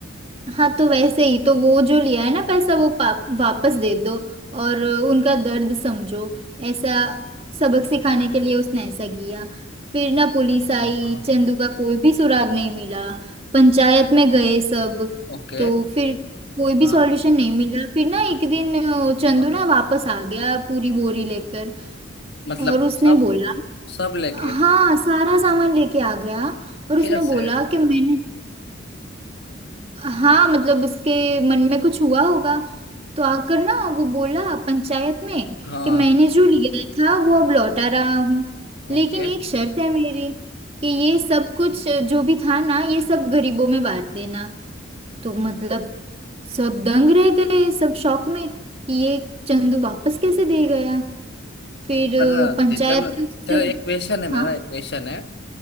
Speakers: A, on the right; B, on the left.
A: हाँ तो वैसे ही तो वो जो लिया है ना पैसा वो पाप वापस दे दो और उनका दर्द समझो ऐसा सबक सिखाने के लिए उसने ऐसा किया फिर ना पुलिस आई
B: हाँ हाँ,
A: चंदू का कोई भी सुराग नहीं मिला पंचायत में गए सब
B: ओके
A: तो फिर कोई भी
B: हाँ
A: सॉल्यूशन नहीं मिला फिर ना एक दिन अ, चंदू
B: हाँ
A: ना वापस आ गया पूरी बोरी लेकर
B: मतलब
A: और उसने
B: सब
A: बोला
B: सब लेके
A: हाँ सारा सामान लेके आ गया और उसने
B: कैसे
A: बोला कि मैंने हाँ मतलब उसके मन में कुछ हुआ होगा तो आकर ना वो बोला पंचायत में
B: हाँ
A: कि मैंने जो लिया था वो अब लौटा रहा हूँ लेकिन
B: ओके
A: एक शर्त है मेरी कि ये सब कुछ जो भी था ना ये सब गरीबों में बांट देना तो मतलब सब दंग रह गए सब शौक में कि ये चंदू वापस कैसे दे गया फिर अ,
B: पर
A: पंचायत
B: दे- चलो
A: ने उससे
B: चलो एक क्वेश्चन है मेरा
A: हाँ
B: एक क्वेश्चन है